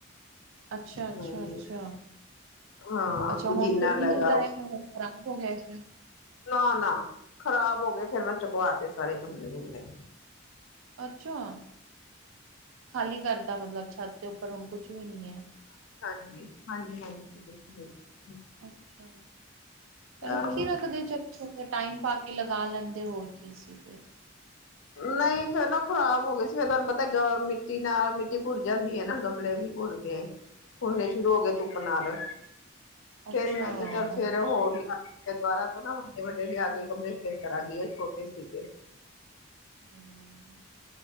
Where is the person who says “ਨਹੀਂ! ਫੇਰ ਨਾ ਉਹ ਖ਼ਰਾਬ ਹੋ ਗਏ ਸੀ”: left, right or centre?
Left